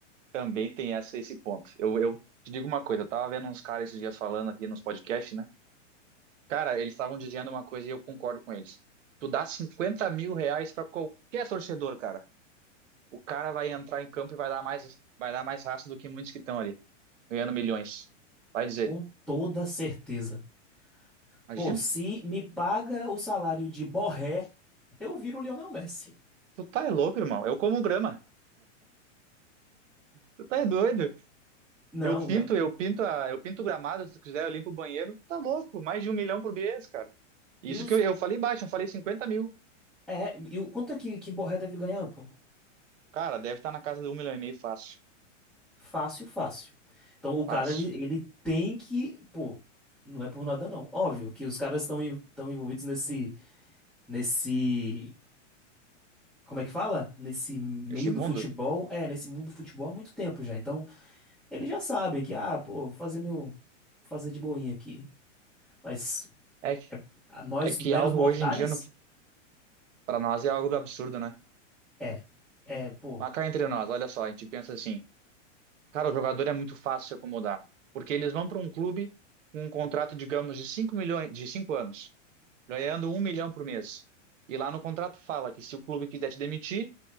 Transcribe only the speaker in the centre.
Com toda certeza.
Pô, se me paga o salário de Borré, eu viro o Lionel Messi.
Não,
e os
É, e o quanto é que, que Borré deve ganhar, pô?
Fácil, fácil. Então o cara,
ele, ele tem que, pô, não é por nada não. Óbvio que os caras estão estão envolvidos nesse, nesse, como é que fala? Nesse meio
do futebol, é, nesse mundo do futebol há muito tempo já. Então eles já sabem que, ah, pô, vou fazer meu, vou fazer de boinha aqui. Mas
a nós,
meros
mortais,
é, é, pô,